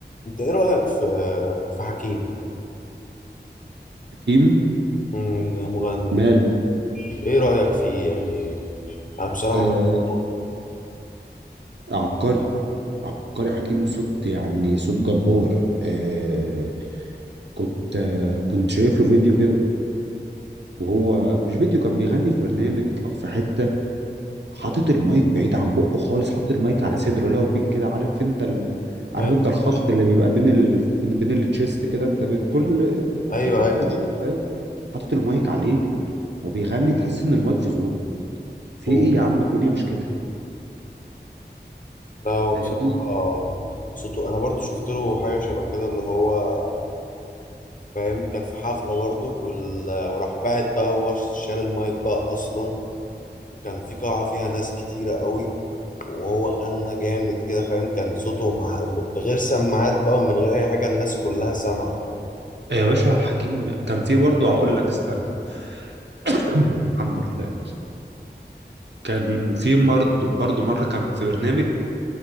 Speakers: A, on the left (about 50°); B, on the right (about 80°).
A: انت ايه رأيك في في حكيم
B: حكيم
A: مم، مغني
B: ماله
A: ايه رأيك فيه يعني انا بصراحة
B: آه
A: بحبه قوي
B: عبقري عبقري حكيم صوت يعني صوت جبار آه كنت آه كنت شايف له فيديو كده وهو مش فيديو كان بيغني في برنامج او في حته حاطط المايك بعيد عن بقه خالص حاطط المايك على صدره لو بين كده عارف انت ال... عارف
A: ايوه
B: انت الخط اللي بيبقى بين ال... بين, بين التشيست كده انت بين كل
A: ايوه
B: في خط
A: ايوه
B: كده فاهم حاطط المايك عليه وبيغني تحس ان المايك في زوره في
A: مم.
B: ايه يا عم الدنيا مش كده
A: لا هو
B: فاهمني
A: بصراحة صوته انا برضو شفت له حاجة شبه كده اللي هو فاهم كان في حفلة برضو وال... وراح بعد بقى هو شال المايك بقى اصلا وكان في قاعة فيها ناس كتيرة قوي وهو غنى جامد كده فاهم كان صوته مع... بغير سماعات بقى ومن غير اي حاجة الناس كلها سمعت
B: يا باشا حكيم كان في برضه هقول لك استنى <coughs> <clears throat> الحمد لله كان في برضه برضه مره كان في برنامج